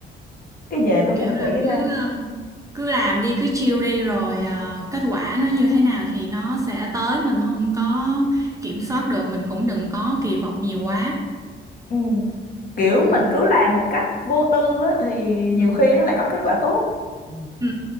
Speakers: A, on the left; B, on the right.
A: cái về tôi
B: kiểu
A: cũng
B: là
A: nghĩ
B: cứ
A: ra
B: ờ, cứ làm đi cứ chill đi rồi ờ, kết quả nó như thế nào thì nó sẽ tới mình không có kiểm soát được mình cũng đừng có kỳ vọng nhiều quá
A: ừ. kiểu
B: ừ
A: mình cứ làm một cách vô tư á, thì
B: ừ
A: nhiều khi nó lại có kết quả tốt Ừ.
B: ừ